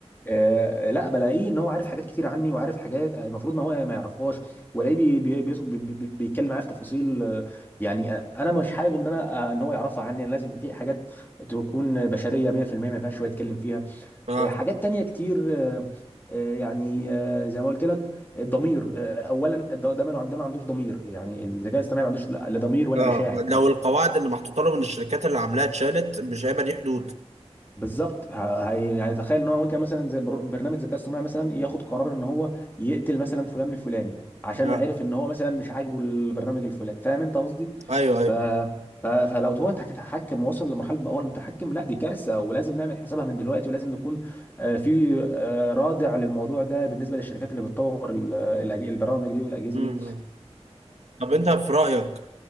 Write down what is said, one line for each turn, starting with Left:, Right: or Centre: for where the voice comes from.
Left: آه لا بلاقيه ان هو عارف حاجات كتير عني وعارف حاجات آه، المفروض ما هو ما يعرفهاش والاقيه بي بي بي بي بي- بيتكلم معايا في تفاصيل آه، يعني آه، انا مش حابب ان انا آه، ان هو يعرفها عني لازم في حاجات تكون بشريه 100% ما ينفعش هو يتكلم فيها
Right: اه
Left: آه، حاجات تانية كتير آه، آه، يعني آه، زي ما قلت لك الضمير آه، اولا ده ده ما ده ما عندوش ضمير يعني الذكاء الاصطناعي ما عندوش لا لا ضمير ولا
Right: اه
Left: مشاعر ف-
Right: لو القواعد اللي محطوطه لهم من الشركات اللي عاملاها اتشالت مش هيبقى ليه حدود
Left: بالظبط ه- هي يعني تخيل ان هو ممكن مثلا زي بر- برنامج ذكاء اصطناعي مثلا ياخد قرار ان هو يقتل مثلا فلان الفلاني عشان
Right: اه
Left: عرف ان هو مثلا مش عاجبه البرنامج الفلاني فاهم انت قصدي؟
Right: ايوه ايوه
Left: ف... ف... فلو هو هيتحكم ووصل لمرحله بقى هو المتحكم لا دي كارثه ولازم نعمل حسابها من دلوقتي ولازم نكون آه، في آه، رادع للموضوع ده بالنسبه للشركات اللي بتطور ال- الأج- البرامج دي والاجهزه
Right: م-
Left: دي
Right: م. طب انت في رايك